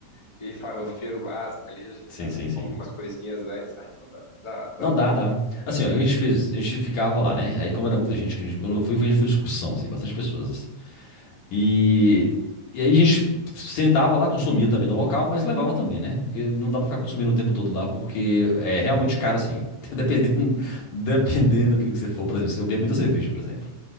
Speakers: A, on the left; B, on the left.
A: aquele farofeiro básico ali, a gente
B: Sim,
A: já
B: sim, sim.
A: compra umas coisinhas antes, ah, então dá, dá, dá
B: Não
A: boa.
B: dá, dá. Assim, ó, a gente fez, a gente ficava lá, né? Aí, como era muita gente, quando a gente- quando eu fui, a gente foi discussão, assim, bastante pessoas. E, e aí a gente sentava lá, consumia também no local, mas levava também, né? Porque não dá pra ficar consumindo o tempo todo lá, porque é realmente caro, assim. <laughs> Dependendo, dependendo do que que você for, por exemplo, se eu bebo muita cerveja, por exemplo.